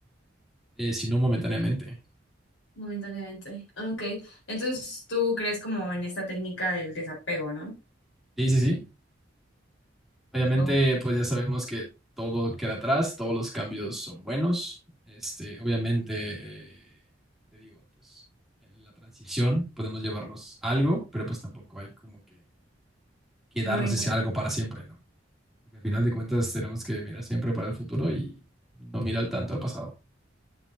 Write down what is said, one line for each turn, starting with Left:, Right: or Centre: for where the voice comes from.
Centre: eh, sino momentáneamente.
Left: momentáneamente. Ok, entonces tú crees como en esta técnica del desapego, ¿no?
Centre: Sí, sí, sí. Obviamente,
Left: Ok.
Centre: pues ya sabemos que todo queda atrás, todos los cambios son buenos. Este, obviamente, eh, te digo, pues en la transición podemos llevarnos algo, pero pues tampoco hay como que quedarnos
Left: Bueno.
Centre: ese algo para siempre, ¿no? Porque al final de cuentas tenemos que mirar siempre para el futuro y no mirar tanto al pasado.